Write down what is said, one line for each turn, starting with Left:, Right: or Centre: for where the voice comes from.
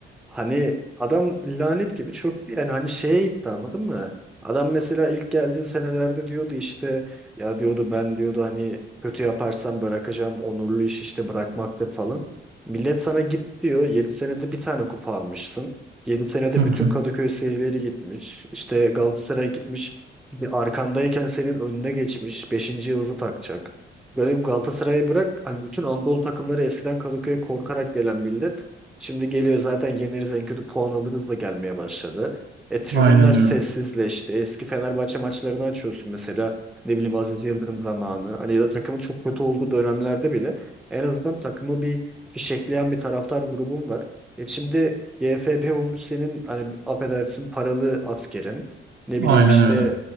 Centre: hani adam lanet gibi çöktü yani hani şeye gitti anladın mı? Adam mesela ilk geldiği senelerde diyordu işte ya diyordu ben diyordu hani kötü yaparsam bırakacağım onurlu iş işte bırakmaktır falan. Millet sana git diyor 7 senede bir tane kupa almışsın. yedi senede
Right: Hı hı.
Centre: bütün Kadıköy serileri gitmiş. İşte Galatasaray gitmiş. Bir arkandayken senin önüne geçmiş beşinci yıldızı takacak. Böyle bir Galatasaray'ı bırak. Hani bütün Anadolu takımları eskiden Kadıköy'e korkarak gelen millet. Şimdi geliyor zaten yeneriz en kötü puan alırız da gelmeye başladı. E tribünler
Right: Aynen
Centre: sessizleşti.
Right: öyle.
Centre: Eski Fenerbahçe maçlarını açıyorsun mesela. Ne bileyim Aziz Yıldırım zamanı. Hani ya da takımın çok kötü olduğu dönemlerde bile en azından takımı bir fişekleyen bir taraftar grubun var. E şimdi GFB olmuş senin hani affedersin paralı askerin. Ne bileyim
Right: Aynen
Centre: işte
Right: öyle.